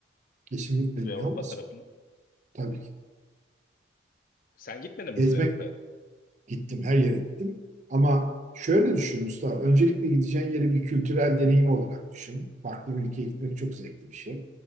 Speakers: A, on the right; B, on the left.
A: kesinlikle
B: Kuzey
A: New York.
B: Avrupa tarafını.
A: Tabii ki.
B: Sen gitmedin
A: Gezmek
B: mi Kuzey Avrupa'ya?
A: Gittim, her yere gittim. Ama şöyle düşün Mustafa, öncelikle gideceğin yeri bir kültürel deneyim olarak düşün. Farklı bir ülkeye gitmek çok zevkli bir şey.